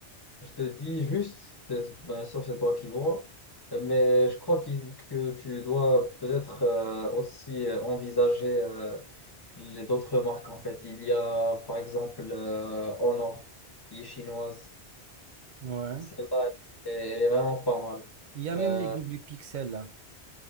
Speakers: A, on the left; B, on the right.
A: je te dis juste, c'est- bien sûr, c'est toi qui vois, mais je crois qu'il- que tu dois peut-être euh, aussi euh, envisager euh, les d'autres marques en fait. Il y a par exemple euh, Honor qui est chinoise.
B: Ouais.
A: Celle-là, elle, est elle est vraiment pas mal.
B: Il y a
A: Euh,
B: même les double pixels là.